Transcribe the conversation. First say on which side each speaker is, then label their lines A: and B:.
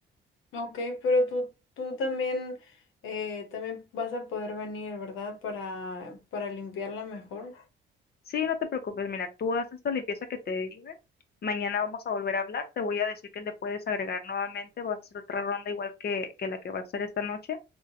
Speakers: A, on the left; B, on the left.
A: Ok, pero tú, tú también, eh, también vas a poder venir, ¿verdad? Para, para limpiarla mejor.
B: Sí, no te preocupes, mira, tú haces la limpieza que te dije. Mañana vamos a volver a hablar. Te voy a decir que le puedes agregar nuevamente. Vas a hacer otra ronda igual que, que la que vas a hacer esta noche.